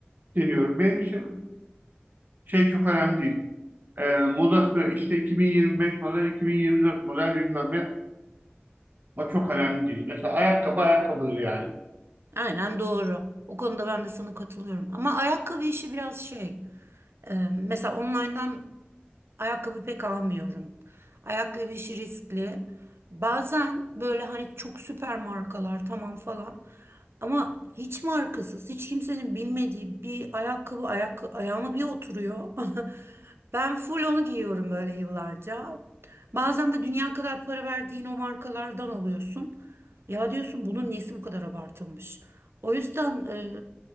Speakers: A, on the right; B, on the right.
A: deniyorum. Benim için şey çok önemli değil. Ee, modası işte 2025 model, 2024 model bilmem ne. O çok önemli değil. Mesela ayakkabı ayakkabıdır yani.
B: aynen doğru. O konuda ben de sana katılıyorum. Ama ayakkabı işi biraz şey. Ee, mesela online'dan Ayakkabı pek almıyorum. Ayakkabı işi riskli. Bazen böyle hani çok süper markalar tamam falan. Ama hiç markasız, hiç kimsenin bilmediği bir ayakkabı ayak, ayağıma bir oturuyor. <laughs> Ben full onu giyiyorum böyle yıllarca. Bazen de dünya kadar para verdiğin o markalardan alıyorsun. Ya diyorsun bunun nesi bu kadar abartılmış? O yüzden e,